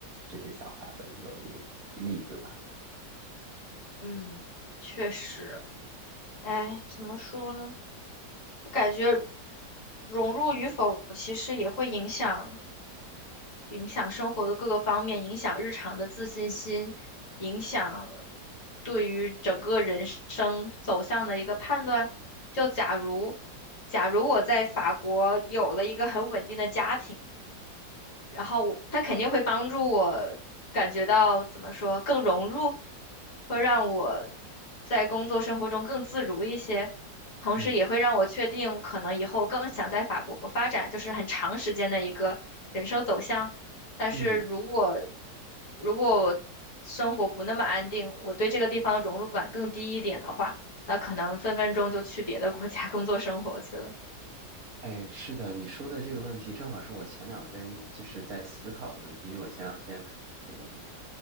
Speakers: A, on the right; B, on the left.
A: 这些想法的一个一个例子吧。
B: 嗯，确实，哎，怎么说呢？我感觉融入与否其实也会影响影响生活的各个方面，影响日常的自信心，影响对于整个人生走向的一个判断。就假如，假如我在法国有了一个很稳定的家庭。然后我它肯定会帮助我感觉到怎么说更融入，会让我在工作生活中更自如一些，同时也会让我确定可能以后更想在法国发展，
A: 嗯
B: 就是很长时间的一个人生走向。但是如果
A: 嗯。
B: 如果我生活不那么安定，我对这个地方的融入感更低一点的话，那可能分分钟就去别的国家工作生活去了。
A: 哎，是的，你说的这个问题正好是我前两天就是在思考的问题，因为我前两天，嗯，